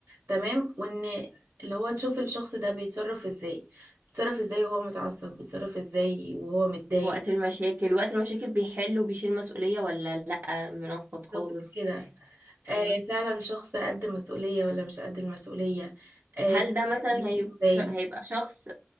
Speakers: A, on the right; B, on the right.
A: تمام وان اللي هو تشوف الشخص ده بيتصرف ازاي بيتصرف ازاي وهو متعصب بيتصرف ازاي وهو متضايق
B: وقت المشاكل وقت المشاكل بيحل وبيشيل مسؤولية ولا لا منفض خالص
A: بالظبط كده
B: فاهمة
A: آه فعلا شخص قد مسؤولية ولا مش قد المسؤولية آه
B: هل ده مثلا
A: بيتحمل
B: هيب-
A: ازاي
B: ش- هيبقى شخص